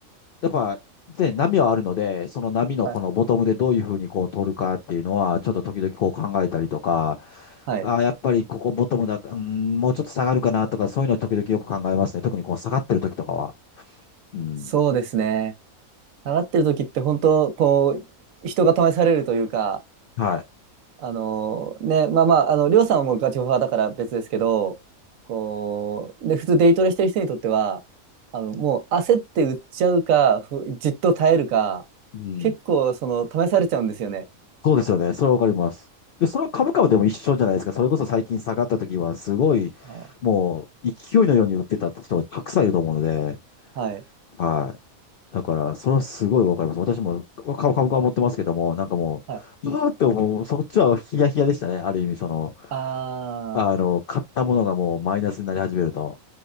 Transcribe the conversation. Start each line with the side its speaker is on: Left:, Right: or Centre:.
Left: やっぱ、ね、波はあるので、その波のこのボトムでどういうふうにこう取るかっていうのは、
Right: あはい。
Left: ちょっと時々こう考えたりとか、
Right: はい。
Left: あー、やっぱりここボトムだ、うん、もうちょっと下がるかなとか、そういうのを時々よく考えますね。特にこう下がってる時とかは。うん。
Right: そうですね。下がってる時って本当こう人が試されるというか
Left: はい。
Right: あのねまあまああのりょうさんはもうガチホファーだから別ですけどこう、ね、普通デイトレしてる人にとってはあのもう焦って売っちゃうかふじっと耐えるか
Left: うん。
Right: 結構その試されちゃうんですよね。
Left: そうですよね。それはわかります。で、それは株価はでも一緒じゃないですか。それこそ最近下がった時は、すごい、
Right: あ
Left: もう勢いのように売ってた人たくさんいると思うので、
Right: はい
Left: はい。だから、それはすごいわかります。私も株、株価は持ってますけども、なんかもう、
Right: はい
Left: うわーって思う、そっちはヒヤヒヤでしたね。ある意味、その、
Right: あ
Left: あの、
Right: あー
Left: 買ったものがもうマイナスになり始めると。